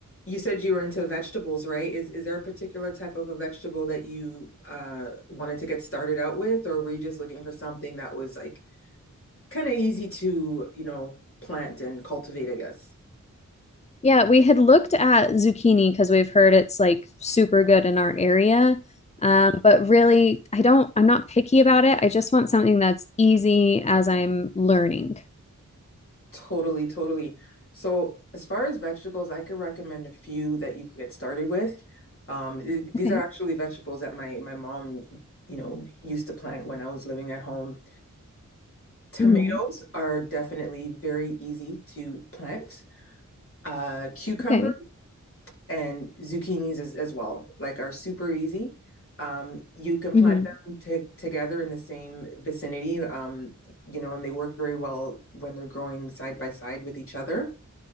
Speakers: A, on the left (about 45°); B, on the left (about 20°).
A: you said you were into vegetables, right? Is is there a particular type of a vegetable that you uh wanted to get started out with, or were you just looking for something that was like kind of easy to, you know, plant and cultivate, I guess?
B: Yeah, we had looked at zucchini because we've heard it's like super good in our area. Um, but really, I don't, I'm not picky about it. I just want something that's easy as I'm learning.
A: Totally, totally. So, as far as vegetables, I could recommend a few that you could get started with. Um, th- these
B: Okay.
A: are actually vegetables that my my mom, you know, used to plant when I was living at home. Tomatoes
B: hmm
A: are definitely very easy to plant. Uh, cucumber
B: Okay.
A: and zucchinis as, as well, like are super easy. Um, you can plant
B: hmm
A: them to, together in the same vicinity, um, you know, and they work very well when they're growing side by side with each other.